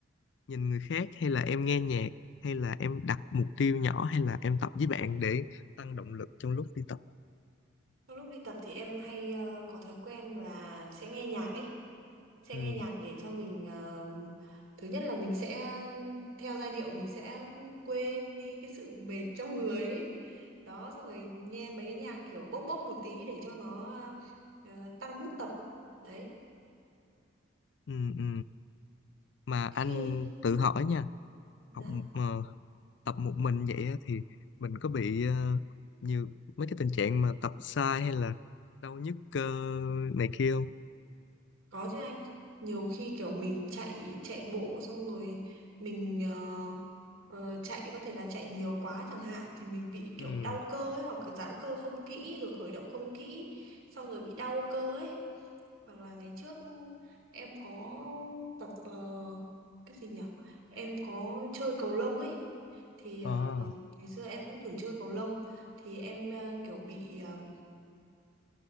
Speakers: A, on the left (about 60°); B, on the right (about 85°).
A: nhìn người khác hay là em nghe nhạc hay là em đặt mục tiêu nhỏ hay là em tập với bạn để tăng động lực trong lúc đi tập
B: trong lúc đi tập thì em hay ờ, có thói quen là sẽ nghe nhạc ấy, sẽ
A: Ừ.
B: nghe nhạc để cho mình ờ, thứ nhất là mình sẽ theo giai điệu mình sẽ quên đi cái sự mệt trong người ấy. Đó xong rồi nghe mấy cái nhạc kiểu bốc bốc một tí để cho nó ờ, tăng mood tập. Đấy.
A: Ừ, ừ. Mà
B: Khi
A: anh tự hỏi nha,
B: dạ.
A: học ờ, tập một mình vậy á, thì mình có bị ờ, nhiều mấy cái tình trạng mà tập sai hay là đau nhức cơ này kia không?
B: Có chứ anh, nhiều khi kiểu mình chạy chạy bộ xong rồi mình ờ, ờ, chạy có thể là chạy nhiều quá chẳng hạn thì mình bị kiểu
A: Ừ.
B: đau cơ ấy hoặc là giãn cơ không kỹ rồi khởi động không kỹ xong rồi bị đau cơ ấy. Hoặc là ngày trước em có tập ờ, cái gì nhỉ? Em có chơi cầu lông ấy thì ờ,
A: À,
B: ngày xưa em cũng thử chơi cầu lông thì em ờ, kiểu bị ờ,